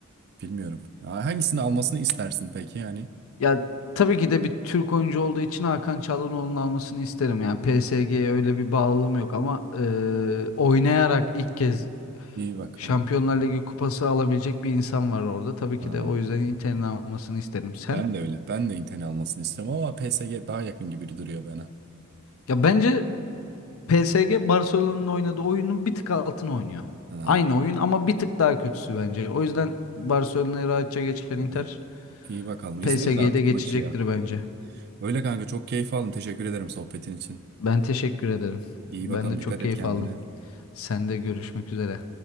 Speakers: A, on the right; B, on the left.
A: bilmiyorum. Ya hangisini almasını istersin peki yani?
B: Ya tabii ki de bir Türk oyuncu olduğu için Hakan Çalhanoğlu'nun almasını isterim. Yani PSG'ye öyle bir bağlılığım yok ama eee, oynayarak ilk kez
A: İyi bakalım.
B: Şampiyonlar Ligi kupası alabilecek bir insan var orada. Tabii ki
A: Ha,
B: de o yüzden Inter'in almasını isterim. Sen?
A: ben de öyle. Ben de Inter'in almasını istiyorum ama PSG daha yakın gibi duruyor bana.
B: Ya bence PSG Barcelona'nın oynadığı oyunun bir tık altını oynuyor.
A: Ha,
B: Aynı oyun ama bir tık daha kötüsü bence. O yüzden Barcelona'yı rahatça geçen Inter
A: iyi, iyi bakalım. İzleriz
B: PSG'yi
A: artık
B: de geçecektir
A: maçı ya.
B: bence.
A: Öyle kanka çok keyif aldım. Teşekkür ederim sohbetin için.
B: Ben teşekkür ederim.
A: İyi
B: Ben
A: bakalım
B: de
A: dikkat
B: çok keyif
A: et kendine.
B: aldım. Sen de görüşmek üzere.